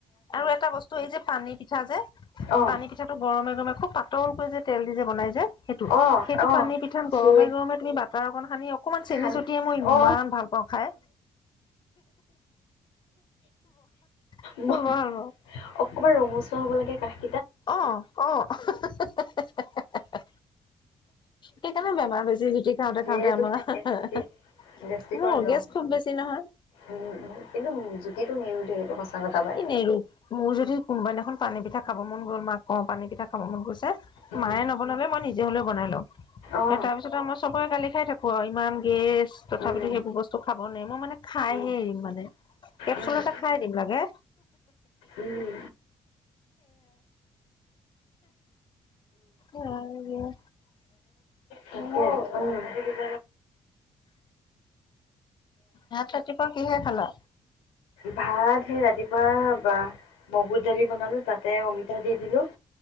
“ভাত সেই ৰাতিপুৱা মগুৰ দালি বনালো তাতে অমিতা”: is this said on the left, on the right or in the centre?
Left